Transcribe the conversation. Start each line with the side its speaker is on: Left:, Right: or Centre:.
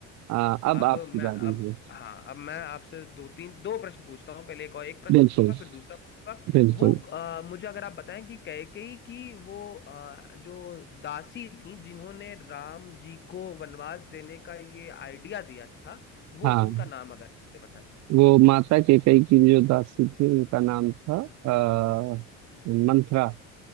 Right: आ, अब
Left: अब
Right: आपकी
Left: मैं
Right: बारी
Left: अब
Right: है।
Left: हाँ अब मैं आपसे दो तीन दो प्रश्न पूछता हूँ पहले एक और एक प्रश्न
Right: बिल्कुल,
Left: पूछूंगा फिर दूसरा पूछूंगा
Right: बिल्कुल।
Left: वो आ, मुझे अगर आप बताएं कि कैकेयी की वो आ, जो दासी थी जिन्होंने राम जी को वनवास देने का ये आइडिया दिया था वो
Right: हाँ,
Left: उनका नाम अगर मुझे बताएं
Right: वो माता कैकेयी की जो दासी थी उनका नाम था
Left: हाँ।
Right: आ, मंथरा।